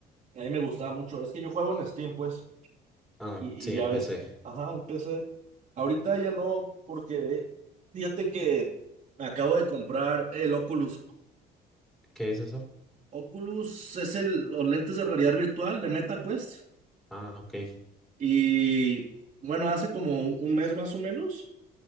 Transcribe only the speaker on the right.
a mí me gustaba mucho. Es que yo juego en Steam, pues,
y,
y ya
ves. Ajá, empecé. Ahorita ya no, porque fíjate que me acabo de comprar el Oculus.
Oculus es el, los lentes de realidad virtual de MetaQuest.
Y bueno, hace como un, un mes más o menos.